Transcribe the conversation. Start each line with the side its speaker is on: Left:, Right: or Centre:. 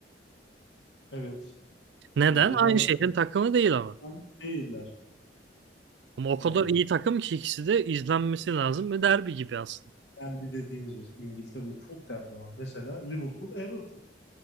Left: Evet.
Right: Neden?
Left: Bence
Right: Aynı
Left: derbi
Right: şehrin
Left: değil.
Right: takımı değil ama.
Left: Bence değiller.
Right: Ama o
Left: Yani
Right: kadar iyi takım ki ikisi de izlenmesi lazım ve derbi gibi aslında.
Left: derbi dediğimiz mesela İngiltere'de çok derbi var. Mesela Liverpool Everton.